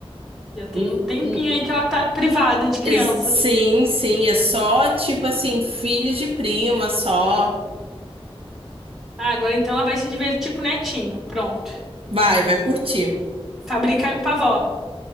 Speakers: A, in the centre; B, on the right.
A: Já tem
B: N-
A: um tempinho
B: n-
A: aí que ela tá privada de crianças.
B: es- Sim, sim, é só tipo assim, filhos de prima, só.
A: Ah, agora então ela vai se divertir com o netinho. Pronto.
B: Vai, vai curtir.
A: Fabricar um pavó.